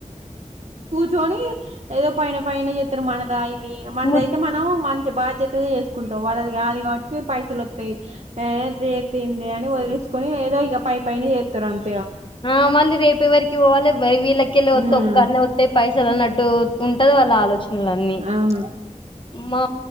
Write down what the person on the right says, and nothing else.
చోని ఏదో పైన పైనే చెత్తరు మనదయి మనదైతే
మనం మంచి బాధ్యతగా చేసుకుంటాం వాళ్ళ గాదు కాబట్టికి పైసలు ఒత్తయి ఎంతచేతే ఏంది అని వదిలిసుకొని ఏదో ఇగ పై పైన చేత్తారు అంత
ఉమ్
అవును